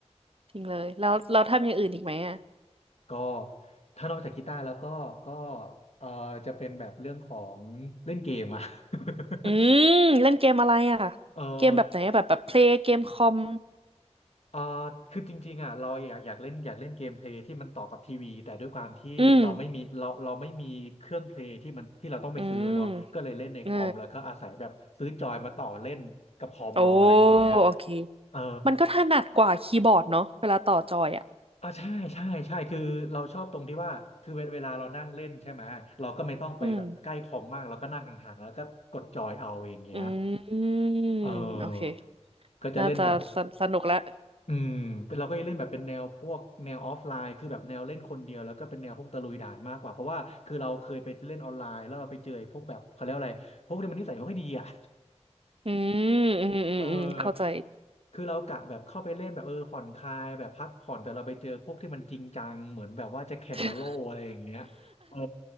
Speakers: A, on the right; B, on the left.
A: จริงเลย แล้วเราทำอย่างอื่นอีกไหมอ่ะ
B: ก็ถ้านอกจากกีตาร์แล้วก็ก็เออจะเป็นแบบเรื่องของเล่นเกมอะ <laughs>
A: อืม เล่นเกมอะไรอ่ะ
B: เออ
A: เกมแบบไหนอะแบบแบบเพลย์เกมคอม
B: เออคือจริงๆอ่ะเราอยากอยากเล่นอยากเล่นเกมเพลย์ที่มันต่อกับทีวีแต่ด้วยความที่เราไม่มีเราเราไม่มีเครื่องเพลย์ที่มันที่เราต้องไปซื้อเนาะก็เลยเล่นในคอมแล้วก็อาศัยแบบซื้อจอยมาต่อเล่นกับคอมเมาอะไรอย่างเงี้ย
A: อืม อืมเออโอ้โอเค
B: เออ
A: มันก็ถนัดกว่าคีย์บอร์ดเนาะเวลาต่อจอยอ่ะ
B: อ่าใช่ใช่ใช่คือเราชอบตรงที่ว่าคือเวเวลาเรานั่งเล่นใช่ไหมเราก็ไม่ต้องไปแบบใกล้คอมมากเราก็นั่งห่างๆแล้วก็กดจอยเอาอย่างเงี้ย
A: อืม อืม
B: เออ
A: โอเค
B: ก็จะเล่นแบบ
A: น่าจะสสนุกและ
B: อืมเป็นเราก็จะเล่นแบบเป็นแนวพวกแนวออฟไลน์คือแบบแนวเล่นคนเดียวแล้วก็เป็นแนวพวกตะลุยด่านมากกว่าเพราะว่าคือเราเคยไปเล่นออนไลน์แล้วเราไปเจอไอ้พวกแบบเขาเรียกว่าอะไรพวกที่มันนิสัยไม่ค่อยดีอ่ะ
A: อืมอืม อืม
B: <laughs> เออ
A: อืม เข้าใจ
B: คือเรากะแบบเข้าไปเล่นแบบเออผ่อนคลายแบบพักผ่อนแต่เราไปเจอพวกที่มันจริงจังเหมือนแบบว่าจะแข่งเอาโล่อะไรอย่างเงี้ยเออ
A: <laughs>